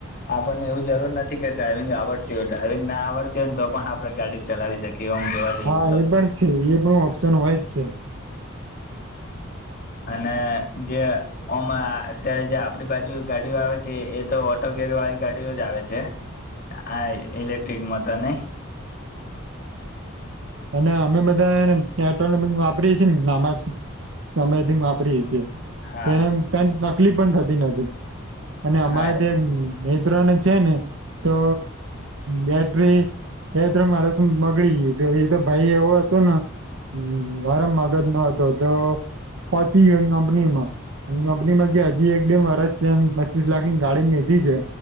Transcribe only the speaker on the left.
આપણને એવું જરૂર નથી કે ડ્રાાઈવિંગ આવડતી હોય ડ્રાાઈવિંગ ના આવડતી હોય ને તો પણ આપડે ગાડી ચલાવી શકીએ આમ જોવા જઈએ
તો
અને જેમ અત્યારે જે આપડી બાજુ ગાડીઓ આવે છે એ તો ઓટો વાળી ગાડીઓ જ આવે છે આ ઇલેક્ટ્રિક મતા નહી <inaudible>
હા
હા